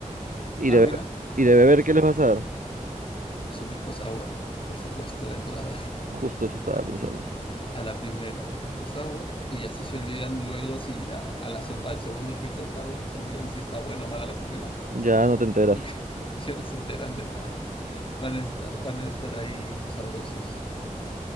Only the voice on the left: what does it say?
Ah,
mira,
sí.
Su pisco sour, por supuesto, de entrada.
a la primera pisco sour y así se olvidan luego si la, a la al segundo pisco sour se olvidan si está buena o mala la comida.
<laughs> ya no se enteran de nada. Van a estar, van a estar ahí sabrosos.